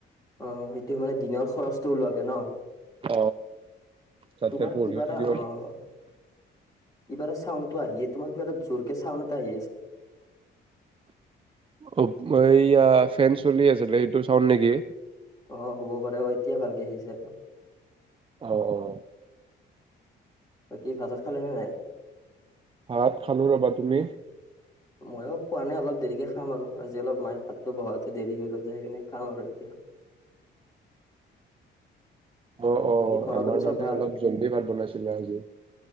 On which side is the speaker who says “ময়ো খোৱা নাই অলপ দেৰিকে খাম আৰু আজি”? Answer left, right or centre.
Left